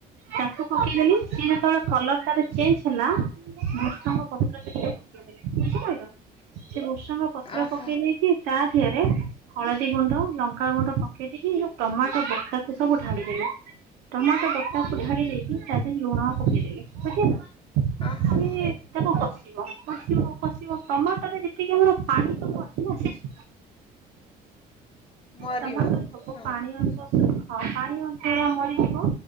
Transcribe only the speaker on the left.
ଅହ
ଓ ହୋ।
ମରିବ
ହଁ